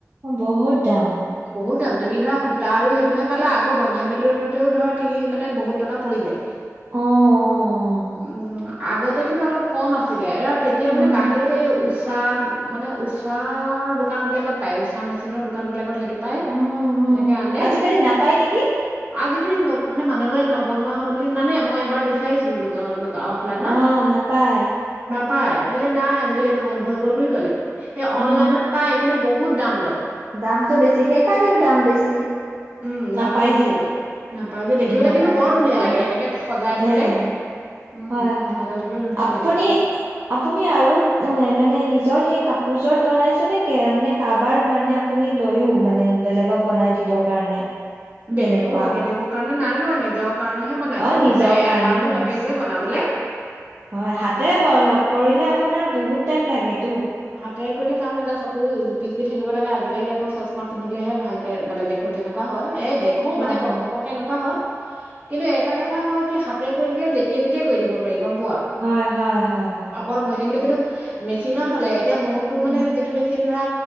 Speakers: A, on the right; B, on the right.
A: বহুত দাম
B: বহুত দাম তুমি ধৰা সূতা আৰু সেইটোহে পালা আকৌ বন্ধাই মেলি আনোতেও ধৰা তিনি মানে বহুত টকা পৰি যায়
A: অ অ অ
B: উম আগতে কিন্তু অলপ কম আছিলে তেতিয়া
A: উম
B: মানে বাহিৰত এই উঊষা মানে উঊষা দোকান বিলাকত পায় উঊষা মেচিনৰ দোকান বিলাক সেইটো পাই
A: অ অ
B: এনেকে আনে
A: আজিকালি নাপায় নেকি
B: আজিকালি ন মানে মানুহবোৰে নবনা বুলি নানে মই এবাৰ বিচাৰিছিলো দোকা অন অফলাইনত
A: অ নাপায়
B: পায় বোলে নাই আজি কালি এইটো বন্ধ হৈ গ'ল বুলি ক'লে সে
A: উম
B: অনলাইনত পায় কিন্তু বহুত বহুত দাম লয়
A: দামটো বেছি সেইকাৰণটো দাম বেছি
B: উম দামটো
A: নাপাই
B: বহুত
A: যে।
B: বেছি নাপায় যে দেখিবলৈ
A: নাপায়
B: কিন্তু বৰ
A: যে।
B: ধুনীয়া
A: হয়।
B: লাগে এনেকে সজাই
A: ধুনীয়া
B: থলে
A: লাগে।
B: উম
A: হয় হয়।
B: আদা থলে ধুনীয়া
A: আপুনি
B: লাগে
A: আপুনি আৰু মানে মানে নিজৰ সেই কাপোৰযোৰত বনাইছে নে কে এ কাৰোবাৰ মানে আপুনি লৈইও মানে বেলেগক বনাই দিবৰ কাৰণে তেনেকুৱা
B: বেলেগক বনাই দিবৰ কাৰণে নাই লোৱা নিজৰ কাৰণেহে বনাইছো
A: অ নিজৰ
B: মানে
A: কাৰণে
B: এলাহো
A: বনাইছে
B: লাগে যে বনাবলৈ
A: হয় হাতেৰে লগ কৰিলে আপোনাৰ বহুত টাইম লাগে
B: হাতেৰে কৰিলে কাম লাগে চব আকৌ জুপি জুপি থাকিব লাগে আজিকালি আকৌ চশমা পিন্ধিলেহে ভালকে মান দেখো তেনেকুৱা হয় এ দেখো
A: হয়
B: মানে
A: হয়
B: ঘপককে এনেকুৱা হয় কিন্তু এটা কথা হয় কি হাতেৰে কৰি থাকিলে যেতিয়াই তেতিয়াই কৰি থাকিব পাৰি গম পোৱা?
A: হয় হয় হয় হয়
B: অকমান বহি থাকিলে
A: উম,
B: কিন্তু মেচিনত হ'লে এতিয়া মোৰটো মানে
A: উম।
B: যিটো মেচিন ধৰা